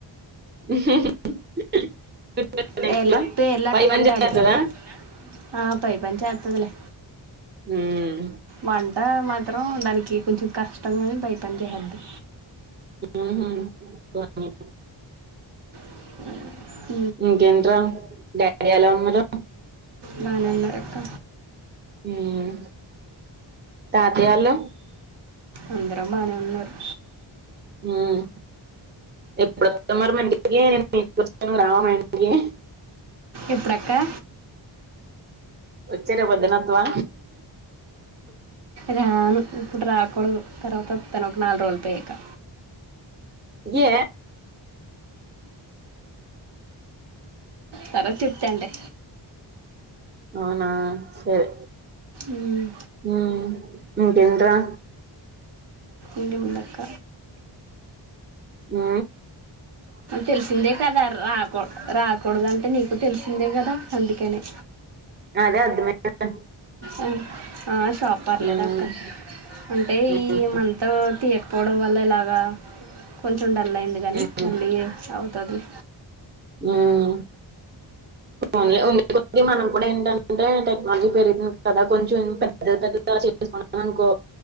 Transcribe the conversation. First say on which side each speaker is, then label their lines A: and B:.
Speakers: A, on the right; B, on the right.
A: <inaudible>
B: పేర్ల్
A: ఇంట్లో
B: పేర్ల్ లట్టమంటే
A: పై పని చేత్తదా
B: అడుతది. ఆ పైపని చేత్తదిలే.
A: ఉమ్
B: వంటా మాద్ మాత్రం దానికి కొంచెం కష్టంగాని బయట పని చేశేద్ది.
A: ఊహూ <inaudible>
B: ఆ
A: ఇంకేంట్రా, డాడీ ఎలా ఉన్నారూ.
B: బానెవున్నారు అక్క.
A: హ్మ్ తాతెయ్యోలు
B: అందరం బాగానే ఉన్నారు.
A: ఉమ్ ఎప్పుడొత్తావ్ మరి మా ఇంటికి నేను మీ ఇంటికి వచ్చా నువ్వు రావా మా ఇంటికి
B: ఇప్పుడెక్కడ
A: వచ్చెయ్ రేప్ పొద్దునొత్వా
B: రాను ఇప్పుడు రాకూడదు తర్వాత వత్తను ఒక నాలుగురోజులు అయికా
A: ఏ
B: తర్వాత చెప్తాన్లే
A: అవునా సరే
B: ఉమ్
A: హ్మ్ ఇంకేట్రా
B: ఇంకేముందక్క
A: ఆ
B: తెలిసిందే కదా రాకు రా కూడదంటే నీకు తెలిసిందే కదా అందుకనే.
A: అదే అర్థమై <inaudible>
B: అ ఆ షాప్ పర్లేదు
A: ఉమ్
B: అక్క అంటే
A: ఉమ్
B: ఈ మంతా తీయకపోవ డం వల్ల ఇలాగా కొంచ్ డల్ అయింది కానీ
A: ఉమ్
B: మళ్ళీ అవుతాది లే
A: ఉమ్ ఓన్లీ ఉండే కొద్ది మనం కూడా ఏంటం అంటే టెక్నాలజీ పెరిగింది కదా కొంచెం పెద్ద పెద్ద త చేసుకున్నాం అనుకో